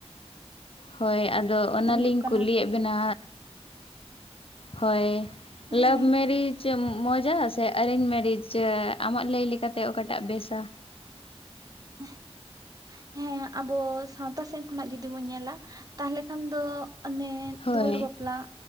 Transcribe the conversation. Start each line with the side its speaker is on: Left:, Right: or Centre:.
Left: ᱦᱳᱭ ᱟᱫᱚ ᱚᱱᱟᱞᱤᱧ
Right: ᱦᱩᱭᱩᱜ ᱠᱟᱱᱟ
Left: ᱠᱩᱞᱤᱭᱮᱫ ᱵᱮᱱᱟ ᱦᱳᱭ
Right: ᱦᱮᱸ
Left: ᱞᱟᱵᱷ ᱢᱮᱨᱤᱡ ᱢᱚᱡᱟ ᱥᱮ ᱮᱨᱮᱧᱡᱽ ᱢᱮᱨᱤᱡᱽ ᱟᱢᱟᱜ ᱞᱟᱹᱭ ᱞᱮᱠᱟᱛᱮ ᱚᱠᱟᱴᱟᱜ ᱵᱮᱥᱟ
Right: <unintelligible> ᱦᱮ ᱟᱵᱚ ᱥᱟᱶᱛᱟ ᱥᱮᱫ ᱠᱷᱚᱱᱟᱜ ᱡᱩᱫᱤ ᱵᱚᱱ ᱧᱮᱞᱟ ᱛᱟᱦᱚᱞᱮ ᱠᱷᱟᱱ ᱫᱚ ᱚᱱᱮ
Left: ᱦᱳᱭ
Right: ᱫᱩᱣᱟᱹᱨ ᱵᱟᱯᱞᱟᱜ